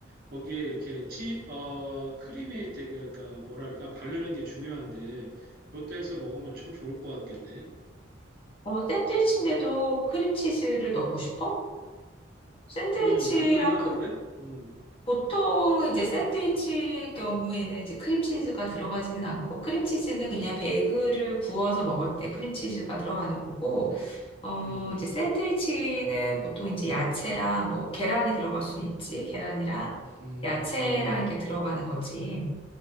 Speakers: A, on the right; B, on the left.
A: 거기에 이렇게 치, 어, 크림이 되게, 그러니까 뭐랄까, 바르는 게 중요한데, 그것도 해서 먹으면 참 좋을 것 같겠네.
B: 어, 샌드위치인데도 크림치즈를 넣고 싶어? 샌드위치랑
A: 음, 안 넣나, 원래? 음,
B: 보통은 이제 샌드위치 경우에는 이제 크림치즈가 들어가지는 않고 크림치즈는 그냥 베이글을 구워서 먹을 때 크림치즈가 들어가는 거고 어
A: 음,
B: 이제 샌드위치는 보통 이제 야채랑 뭐 계란이 들어갈 수는 있지 계란이랑
A: 음,
B: 야채랑
A: 음,
B: 이렇게 들어가는 거지